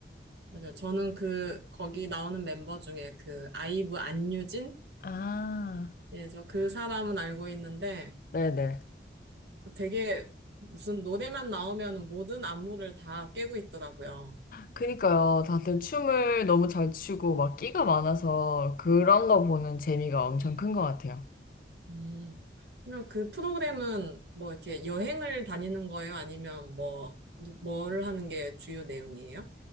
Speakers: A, on the right; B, on the left.
A: 맞아요. 저는 그, 거기 나오는 멤버 중에 그, 아이브 안유진?
B: 아,
A: 예, 저 그 사람은 알고 있는데
B: 네네.
A: 그 되게 무슨 노래만 나오면 모든 안무를 다 깨고 있더라고요.
B: 그니까요. 다들 춤을 너무 잘 추고 막 끼가 많아서 그런 거 보는 재미가 엄청 큰 것 같아요.
A: 음. 그러면 그 프로그램은 뭐 이렇게 여행을 다니는 거예요? 아니면 뭐, 뭐- 뭘 하는 게 주요 내용이에요?